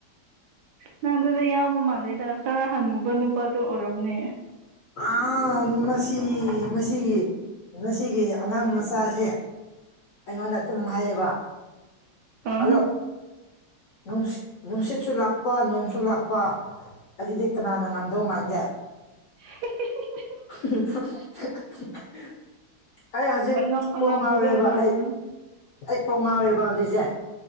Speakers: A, on the right (about 70°); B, on the left (about 70°).
A: ꯅꯪꯗꯨꯗ ꯌꯥꯎꯕ ꯃꯥꯜꯂꯤꯗ ꯈꯔ ꯍꯟꯅꯨꯕ ꯅꯨꯄꯥꯗꯣ ꯑꯣꯢꯔꯝꯅꯦ
B: ꯑ ꯃꯁꯤ ꯃꯁꯤꯒꯤ ꯃꯁꯤꯒꯤ ꯑꯉꯥꯡ ꯃꯆꯥꯖꯦ ꯑꯩꯉꯣꯟꯗ ꯑꯗꯨꯝ ꯍꯥꯢꯌꯦꯕ
A: ꯑꯝ
B: ꯑꯗꯣ ꯅꯨꯡꯁꯤꯠ ꯅꯨꯡꯁꯤꯠꯁꯨ ꯂꯥꯛꯄ ꯅꯣꯡꯁꯨ ꯂꯥꯛꯄ ꯑꯗꯨꯗꯤ ꯀꯅꯥꯅ ꯉꯝꯗꯧ ꯃꯥꯟꯒꯦ
A: <unintelligible>
B: <unintelligible> ꯑꯩ ꯍꯧꯖꯤꯛ
A: ꯑꯉꯝ ꯑꯉꯝꯕꯗꯣ
B: ꯀꯣꯛ ꯉꯥꯎꯔꯦꯕ
A: ꯉꯝꯃꯨꯅꯨ
B: ꯑꯩ ꯑꯩ ꯀꯣꯛ ꯉꯥꯎꯋꯦꯕ ꯍꯧꯖꯤꯛꯁꯦ